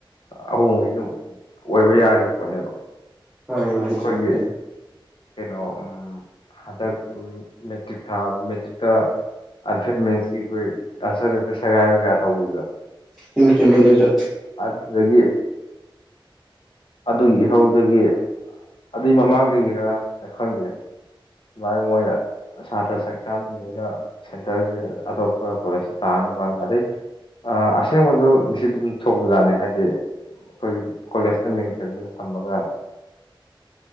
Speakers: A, on the left; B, in the centre.
A: ꯑꯍꯣꯡꯕꯁꯤ ꯑꯗꯨꯝ ꯑꯣꯏꯕ ꯌꯥꯔꯤ ꯄꯣꯠꯅꯦꯕ
B: ꯃꯥꯅꯤ ꯃꯥꯅꯤ
A: ꯑꯩꯈꯣꯏꯒꯤ
B: ꯆꯨꯝꯃꯤ ꯑꯗꯨ
A: ꯀꯩꯅꯣ ꯎꯝ ꯍꯟꯗꯛ ꯃꯦꯇ꯭ꯔꯤꯛ ꯊꯥꯕ ꯃꯦꯇ꯭ꯔꯤꯛꯇ ꯑꯟꯐꯦꯌꯥꯔ ꯃꯤꯟꯁꯀꯤ ꯑꯩꯈꯣꯏ ꯑꯟꯁꯔ ꯄꯦꯄꯔ ꯁꯒꯥꯏꯕꯒ ꯇꯧꯈꯤꯕꯗꯣ
B: ꯆꯨꯝꯃꯤ ꯆꯨꯝꯃꯤ ꯑꯗꯨꯁꯨ
A: ꯑꯗꯨꯗꯒꯤ ꯑꯗꯨꯒꯤ ꯏꯍꯧꯗꯒꯤ ꯑꯗꯨꯏ ꯃꯃꯥꯡꯗꯒꯤꯔ ꯈꯪꯗꯦ ꯑꯗꯨꯃꯥꯏꯅ ꯃꯣꯏꯅ ꯁꯥꯇ꯭ꯔ ꯁꯪꯁꯊꯥꯟꯅꯤꯅ ꯁꯦꯟꯇꯔꯁꯦ ꯑꯇꯣꯞꯄ ꯍꯣꯏ ꯀꯣꯂꯦꯖꯇ ꯇꯥꯅꯕ ꯑꯗꯩ ꯑꯁꯦꯡꯕꯁꯨ ꯃꯤꯁꯤ ꯑꯗꯨꯝ ꯊꯣꯛꯄꯖꯥꯠꯅꯤ ꯍꯥꯏꯗꯤ ꯑꯩꯈꯣꯏꯒꯤ ꯀꯣꯂꯦꯖꯇ ꯃꯤꯡ ꯆꯥꯟꯁꯤꯡꯂꯥꯒ ꯊꯝꯃꯒ